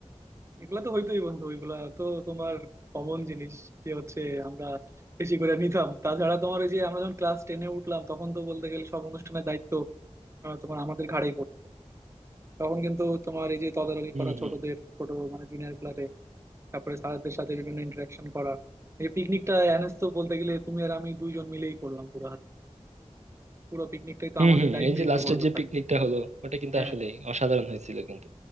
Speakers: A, on the right (about 25°); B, on the right (about 75°).
A: এগুলা তো হইতোই বন্ধু ওইগুলা তো তোমার কমন জিনিস যে হচ্ছে আমরা বেশি করে নিতাম তাছাড়া তোমার ওই যে আমরা যখন ক্লাস টেনে উঠলাম তখন তো বলতে গেলে সব অনুষ্ঠানের দায়িত্ব আহ, তোমার আমাদের ঘাড়েই পড়তো তখন কিন্তু তোমার এই যে তদারকি
B: হুম
A: করা
B: হুম
A: ছোটদের ছোট মানে জুনিয়র ক্লাসে তারপরে স্যারদের সাথে বিভিন্ন ইন্টারাকশন করা এই পিকনিকটা অ্যানেস তো বলতে গেলে তুমি আর আমি দুইজন মিলেই করলাম পুরো হাতে পুরো পিকনিকটাই তো
B: হুম
A: আমাদের
B: হুম
A: দায়িত্বেই
B: এই যে লাস্টের
A: তো করলো
B: যে
A: তার
B: পিকনিকটা হলো ওটা কিন্তু
A: হ্যাঁ
B: আসলে অসাধারণ হয়েছিল কিন্তু